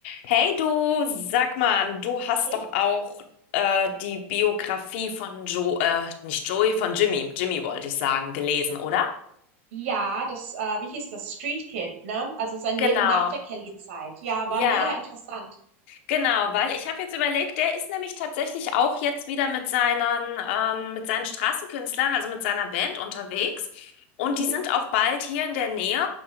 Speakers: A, on the left; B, on the right.
A: Hey du, sag mal, du hast
B: Hey.
A: doch auch äh, die Biografie von Joe, äh, nicht Joey, von Jimmy, Jimmy wollte ich sagen, gelesen, oder?
B: Ja, das, äh wie hieß das? Street Kid, ne? Also sein
A: Genau.
B: Leben nach der Kelly-Zeit. Ja,
A: Ja,
B: war mega interessant.
A: genau, weil ich habe jetzt überlegt, der ist nämlich tatsächlich auch jetzt wieder mit seinen, ähm, mit seinen Straßenkünstlern, also mit seiner Band unterwegs. Und
B: Mhm.
A: die sind auch bald hier in der Nähe.